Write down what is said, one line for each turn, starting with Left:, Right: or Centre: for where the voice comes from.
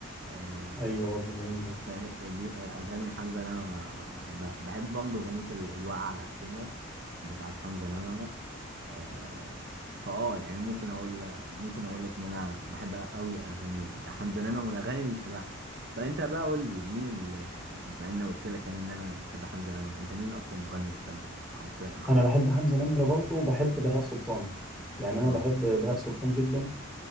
Right: آه،
Centre: ايوه برضه جميله
Right: فه- دي أغاني حمزة نمرة بحبها بحب برضه أغنية ال- الوقعة الأخيرة بتاعت حمزة نمرة آه، فأه يعني ممكن أقول ممكن أقول لك إن أنا بحب أوي أغاني حمزة نمرة والأغاني اللي شبهها طب أنت بقى قول لي مين ال بما إني قلت لك يعني إن أنا بحب حمزة نمرة أنت مين أكتر مغني بتحبه أو فرقة عامة؟
Centre: انا بحب حمزه نمره برضه وبحب بهاء سلطان يعني انا
Right: أه
Centre: بحب بهاء سلطان جدا